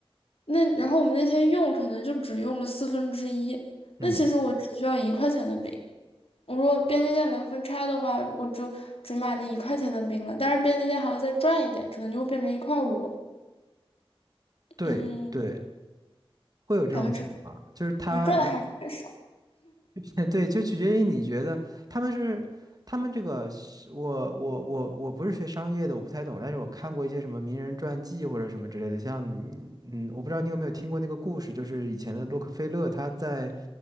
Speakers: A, on the left (about 80°); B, on the right (about 40°).
A: 那然后我们那天用可能就只用了四分之一，
B: 嗯，
A: 那其实我只需要一块钱的冰。我如果便利店能分拆的话，我就只买那一块钱的冰了。但是便利店还要再赚一点，可能就会变成一块五。
B: 对对，
A: 嗯，
B: 会有这种情况，
A: 感觉赚
B: 就是他让，
A: 感觉赚的还是很少。
B: <laughs> 对，就取决于你觉得他们是他们这个是我我我我不是学商业的，我不太懂，但是我看过一些什么名人传记或者什么之类的，像你嗯，我不知道你有没有听过那个故事，就是以前的洛克菲勒他在